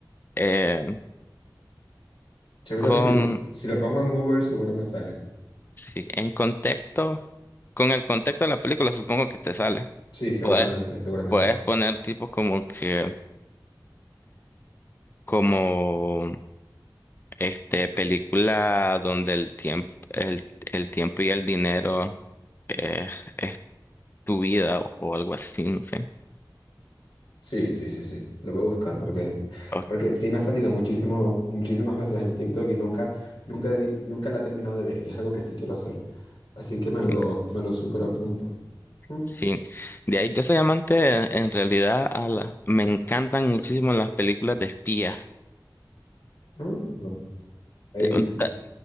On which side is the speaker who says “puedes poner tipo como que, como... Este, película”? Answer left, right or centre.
Left